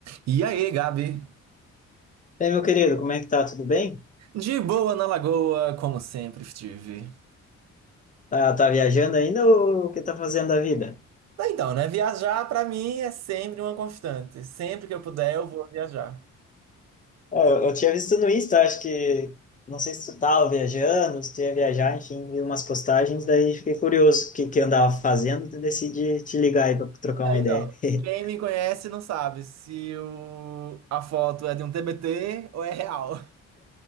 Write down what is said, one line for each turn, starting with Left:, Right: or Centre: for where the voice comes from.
Right: E aí, Gabi?
Left: E aí, meu querido, como é que tá? Tudo bem?
Right: De boa na lagoa, como sempre estive.
Left: Tá, tá viajando ainda ou o que tá fazendo da vida?
Right: Então, né? Viajar pra mim é sempre uma constante. Sempre que eu puder, eu vou viajar.
Left: É, Eu, eu tinha visto no Insta, acho que... Não sei se tu tava viajando, se tu ia viajar, enfim, vi umas postagens, daí fiquei curioso o que que eu andava fazendo e decidi te ligar aí pra trocar
Right: Não,
Left: uma
Right: Então,
Left: ideia. <laughs>
Right: quem me conhece não sabe se o- a foto é de um TBT ou é real.